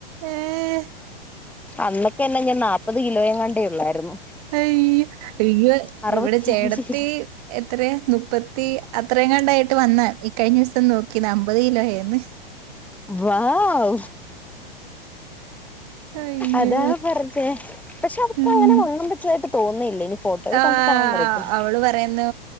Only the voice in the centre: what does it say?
അന്നൊക്കെ എന്നെ ഞാൻ നാല്പ്പത് കിലോ എങ്ങാണ്ടേ ഒള്ളായിരുന്നു
അറുപത്തിയഞ്ച്
കിലോ
വൗ
അതാ പറഞ്ഞെ പക്ഷെ അവക്ക്
അങ്ങനെ വണ്ണം വെ ച്ചയായിട്ട് തോന്നിയില്ലിനി ഫോട്ടോയി
കണ്ടിട്ട് ആണോന്ന് അറിയത്തില്ല